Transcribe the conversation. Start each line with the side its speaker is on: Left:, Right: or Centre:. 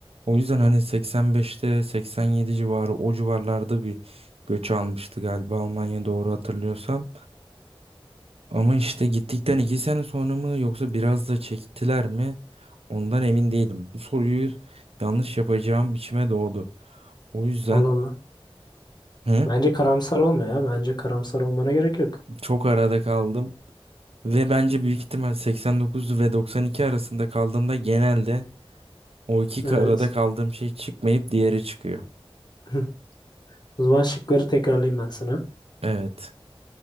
Right: O yüzden hani 85'te 87 civarı o civarlarda bir göç almıştı galiba Almanya doğru hatırlıyorsam. Ama işte gittikten 2 sene sonra mı yoksa biraz da çektiler mi? Ondan emin değilim. Bu soruyu yanlış yapacağım içime doğdu. O yüzden
Left: Allah Allah.
Right: hı,
Left: Bence karamsar olma ya. Bence karamsar olmana gerek yok.
Right: çok arada kaldım. Ve bence büyük ihtimal 89 ve 92 arasında kaldığımda genelde o iki
Left: Evet.
Right: arada kaldığım şey çıkmayıp diğeri çıkıyor.
Left: <clears throat> <laughs> O zaman şıkları tekrarlayayım ben sana.
Right: Evet.